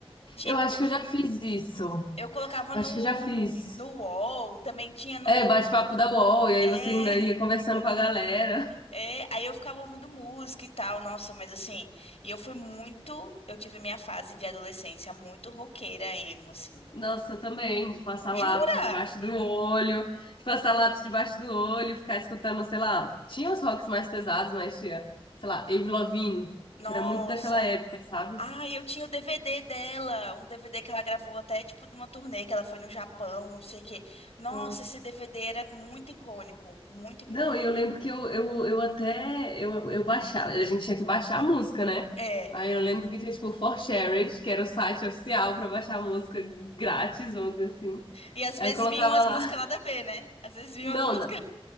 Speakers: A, on the left; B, on the left.
A: Tipo,
B: Eu acho que eu já fiz isso. Eu
A: eu colocava
B: acho
A: no,
B: que eu já fiz.
A: no UOL, também tinha no.
B: É, bate-papo da UOL, e aí
A: É,
B: você ainda ia conversando com a galera.
A: é, aí eu ficava ouvindo música e tal, nossa, mas assim, e eu fui muito. Eu tive minha fase de adolescência muito roqueira, emo, assim.
B: Nossa, também, de passar
A: Jura?
B: lápis debaixo do olho, de passar lápis debaixo do olho, ficar escutando, sei lá, tinha os rocks mais pesados, mas tinha, sei lá, Avril Lavigne,
A: Nossa.
B: que era muito daquela época, sabe?
A: Ah, eu tinha o DVD dela, um DVD que ela gravou até tipo de uma turnê que ela foi no Japão, não sei o quê. Nossa,
B: Nossa,
A: esse DVD era muito icônico, muito icônico.
B: Não, e eu lembro que eu, eu, eu até eu, eu baixava, a gente tinha que baixar a música, né?
A: É.
B: Aí eu lembro que tinha tipo o ForShared, que era o site oficial pra baixar a música grátis, vamos dizer assim.
A: E às
B: Aí
A: vezes
B: colocava
A: vinham as
B: lá.
A: músicas nada a ver, né? Às vezes vinham
B: Não,
A: as músicas.
B: não.